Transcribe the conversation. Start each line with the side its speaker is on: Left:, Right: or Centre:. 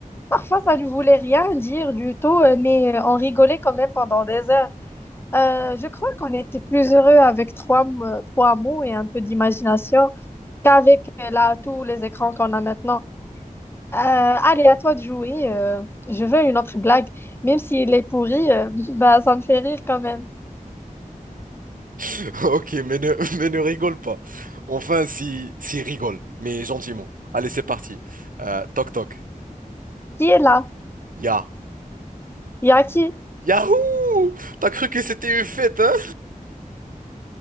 Left: Parfois, ça ne voulait rien dire du tout, euh, mais euh, on rigolait quand même pendant des heures. Euh, je crois qu'on était plus heureux avec trois, m- trois mots et un peu d'imagination qu'avec euh, là tous les écrans qu'on a maintenant. Euh, allez, à toi de jouer. euh, je veux une autre blague. Même s'il est pourri, euh, <laughs> bah, ça me fait rire quand même.
Right: <laughs> Ok, mais ne, <laughs> mais ne rigole pas. Enfin, si, si rigole, mais gentiment. Allez, c'est parti. Euh, toc toc.
Left: Qui est là?
Right: Ya.
Left: Il y a qui?
Right: Yahoo! T'as cru que c'était une fête, hein?